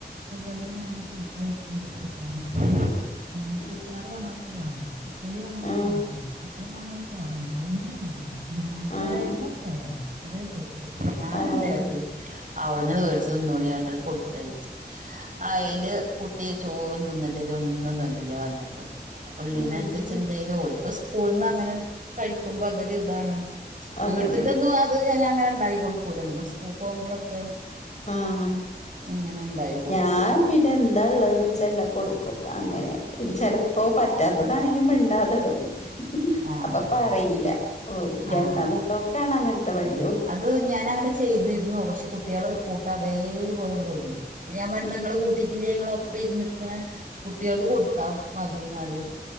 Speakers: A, on the right; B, on the left.
A: ഇതുപോലെ ഞാന് കൊടുത്തയിച്ചിരുന്നു കൂട്ടാന് ഞാൻ
B: ഉം
A: അച്ചാറ് വാണോയ്ച്ച വാണ്ട ഉപ്പേരി വാണോയ്ച്ച
B: ആഹ്
A: വാൻണ്ട പപ്പടം വാണോയ്ച്ച വാണ്ട ഒന്നുംവാണ്ട ഞാൻ
B: ആഹ്
A: കിഴങ്ങും സോയാബീനും ഞാൻ
B: ആഹ്
A: എന്തെകാട്ടി അവ്ട്ന്ന് വെട്ച്ച്തിന്നോളിറഞ്ഞിട്ട് കൊടുത്തയച്ചു അയില് കുട്ടി ചോറും തിന്നിട്ടില്ല ഒന്നും തിന്നിട്ടില്ല വന്നക്ക്ണ് അപള്ളിന്
B: ആഹ്
A: അനുസരിച്ച് എന്തേലും ഓല്ക് സ്കൂൾന്ന് അങ്ങനെ കഴിക്കുമ്പോ അതൊരു ഇതാണ്
B: അതന്നെ
A: വീട്ടിലൊന്നും അത് ഞാൻ അങ്ങനെ ഉണ്ടാക്കി കൊടുക്കൂലങ്ങനെ സ്കൂൾ പോവുമ്പോഴൊക്കെ
B: അഹ് ആഹ്
A: ഇങ്ങനെണ്ടാക്കി കൊടുക്കും
B: ഞാൻ പിന്നെ എന്താ ഉള്ളതീച്ചണ്ടാകി കൊട്ക്കും അങ്ങനെ ഇൽ ചിലപ്പോൾ പറ്റാത്തതാണെങ്കിൽ മിണ്ടാതെടും
A: <unintelligible>
B: ഹി ഹി
A: ആഹ്
B: അപ്പൊ പറയില്ലാ ഓ രണ്ടാമതോക്കാണ്
A: ആഹ്
B: അങ്ങനത്തെ വല്യോ
A: അത് ഞാൻ അങ്ങനെ ചെയ്തിരുന്നു. പക്ഷെ കുട്ടികള് കൂട്ടാൻ അതേപോലെങ്ങട്ട്കോൺടും ഞാൻ പറിം
B: ഉം
A: നങ്ങള് കൂട്ടിട്ടിലെ ഇങ്ങള് ഒപ്പിരിക്കണേ കുട്ടികൾക്ക് കൊടുത്താ മതിന്ന്പറിം